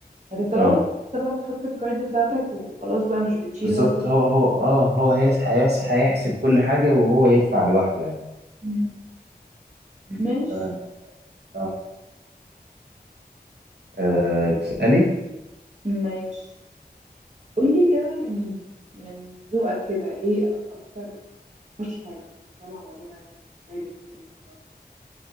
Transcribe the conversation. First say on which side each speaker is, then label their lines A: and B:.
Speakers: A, on the right; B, on the right.
A: لكن طلبات
B: اه
A: انت بقى بتحط الكارد بتاعتك وخلاص بقى مش بتشيل
B: بالظبط
A: هاسل
B: هو هو اه هو هيس هيس هيحسب كل حاجه وهو يدفع لوحده يعني
A: مم.
B: مم.
A: ماشي
B: تمام اه آه، تسالي
A: ماشي قولي كده يعني من ذوقك كده ايه اكتر اشهر سبع مطاعم فرايد تشيكن في مصر